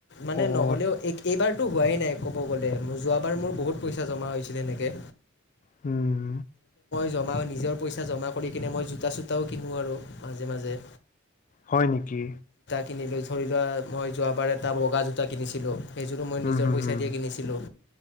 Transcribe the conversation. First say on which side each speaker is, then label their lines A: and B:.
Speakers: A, on the left; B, on the left.
A: মানে
B: অ'
A: নহ'লেও এই এইবাৰ টো হোৱাই নাই ক'ব গ'লে, যোৱাবাৰ মোৰ বহুত পইচা জমা হৈছিলে এনেকে।
B: হম।
A: জমা নিজৰ পইচা জমা কৰি কিনে মই জোতা চোতাও কিনো আৰু মাজে মাজে।
B: হয় নেকি?
A: কিনিলো। ধৰি লোৱা মই যোৱাবাৰে এটা বগা জোতা কিনিছিলোঁ। সেইযোৰো মই
B: হুম
A: নিজৰ
B: হুম
A: পইচা
B: হুম
A: দিয়ে কিনিছিলোঁ,